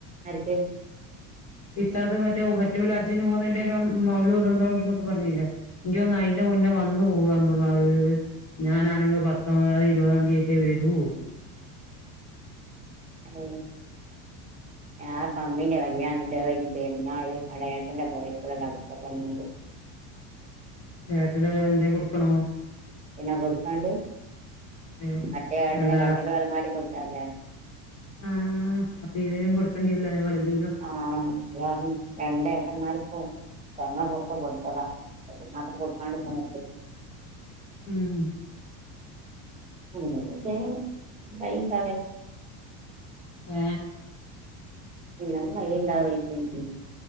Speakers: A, on the right (about 15°); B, on the left (about 35°).
A: ഇപ്പേയ്ന്
B: ഇത്താത്ത മറ്റേ മറ്റോല് അജ്ജിന് പോന്നേന്റകം മൗലൂദ് എന്തോണ്ട്ന്നൊക്കെ പറഞ്ഞില്ലേ ഇൻക്യൊന്ന് അയിന്റെ മുന്നേ വന്നു പോവാന്ന് തോന്ന അവ് ഞാനാണെങ്കി പത്ത് ആ ഇപതാംതിയറ്റെവെരൊള്ളൂ
A: ഏ
B: <unintelligible>
A: ഞാ പറഞ്ഞില്ലേ കല്യാണിണ്ട് അതയിഞി പെര്ന്നാൾ അവ്ടെ ഏട്ടൻറെ പൊരേകോടെ <unintelligible>
B: ഏട്ടന്റെ പെരഎന്തെ കൊടുക്ക്ണൂ
A: പിന്നെ കൊടുക്കാണ്ട്
B: ഏ
A: മറ്റേ ഏട്ടന്
B: അല്ല
A: കട്ടിലും അലമാരിം കൊടുത്തല്ലേ
B: ആഹ് അപ്പൊ ഇതിനും കൊടുക്കണ്ടിരൂലേ അയേപോലെ എന്തെങ്കിലും
A: ആന്ന് ളാർനിം രണ്ടേട്ടന്മാർക്കും പെങ്ങൾക്കൊക്കെ കൊടുത്തതാ അയ്റ്റക്ക് മാത്രം കൊടുക്കാണ്ടിക്കാൻ പറ്റില്ലല്ലോ
B: മ്
A: എന്തെങ്കിലും ചെയ്യാൻ വയിണ്ടാവേക്കും
B: ഏ
A: പിന്നെംവഴിണ്ടാവേ <unintelligible> യിട്ടണ്ട്